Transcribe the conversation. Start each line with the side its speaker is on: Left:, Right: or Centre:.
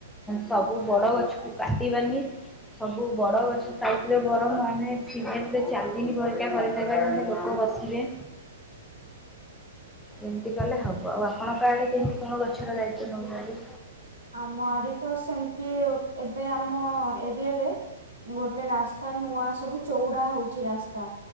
Centre: ସବୁ ବଡ ଗଛକୁ କାଟିବାନି ସବୁ ବଡ ଗଛ ଗରମ ମାନେ ସିଗରେଟ ଚାନ୍ଦିନୀ ପରିକା କରିଦେବା ଲୋକ ବସିବେ। ଏମିତି କଲେ ହବ ଆଉ ଆପଣଙ୍କ ଆଡେ କେମିତି କଣ ଗଛର ଦାୟିତ ନେଉଛନ୍ତି।
Right: ଆମ ଆଡେ ତ ସେମିତି ଏବେ ଆମ ଏରିଆରେ ଗୋ ଗୋଟେ ରାସ୍ତା ନୂଆ ସବୁ ଚଉଡା ହଉଛି ରାସ୍ତା